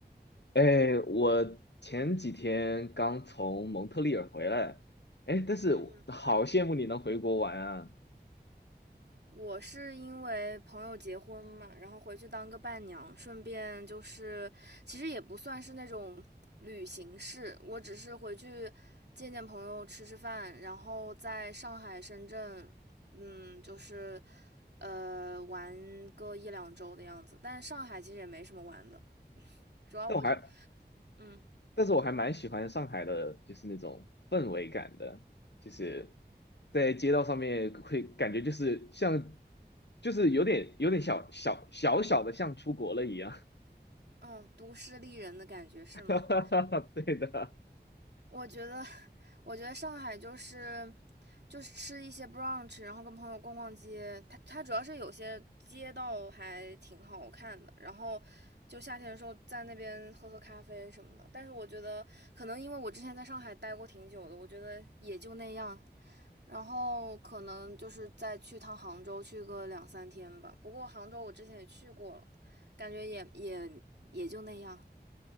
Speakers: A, on the left (about 75°); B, on the right (about 70°).
A: 哎，我前几天刚从蒙特利尔回来，哎，但是我好羡慕你能回国玩啊！
B: 嗯我是因为朋友结婚嘛，然后回去当个伴娘，顺便就是，其实也不算是那种旅行式，我只是回去见见朋友，吃吃饭，然后在上海、深圳，嗯，就是，呃，玩个一两周的样子。但是上海其实也没什么玩的，<laughs> 主要我，
A: 但我还，
B: 嗯，
A: 但是我还蛮喜欢上海的，就是那种氛围感的，就是在街道上面会感觉就是像，就是有点有点小小小小的像出国了一样。
B: 哦，都市丽人的感觉是吗？
A: <laughs> 对的，
B: 我觉得，我觉得上海就是就是吃一些 brunch，然后跟朋友逛逛街。它它主要是有些街道还挺好看的，然后就夏天的时候在那边喝喝咖啡什么的。但是我觉得，可能因为我之前在上海待过挺久的，我觉得也就那样。然后可能就是再去趟杭州，去个两三天吧。不过杭州我之前也去过了，感觉也也也就那样。